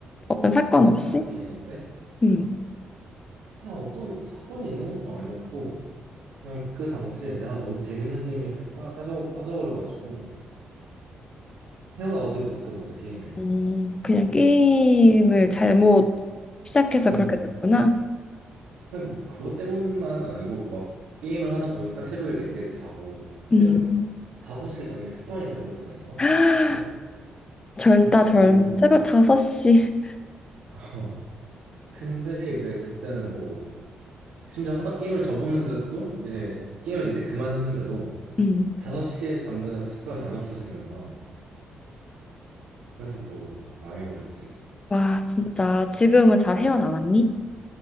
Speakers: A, on the left; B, on the right.
A: 어떤 사건 없이?
B: 대학교 2학년 때
A: 음.
B: 그냥 어떤 사건이 있는 것도 아니었고 그냥 그 당시에 내가 너무 재밌는 게임에 푹 빠져 빠져버려가지고 헤어나오질 못했던 거지 게임에.
A: 음, 그냥 게임을 잘못 시작해서
B: 음.
A: 그렇게 됐구나.
B: 그냥 뭐 그것 때문만은 아니고 막 게임을 하다 보니까 새벽에 늦게 자고 새벽
A: 음.
B: 5시에 자는 게 습관이 돼버렸다니까
A: <gasps>
B: 그때
A: 젊다 젊어.
B: 그
A: 새벽 5시.
B: <laughs> 근데 이제 그때는 뭐 심지어 하다 게임을 접었는데도 이제 게임을 이제 그만했는데도
A: 음.
B: 5시에 잠드는 습관이 안 없어지는 거야 그래서 뭐 망해버렸지
A: 와, 진짜 지금은 잘 헤어나왔니?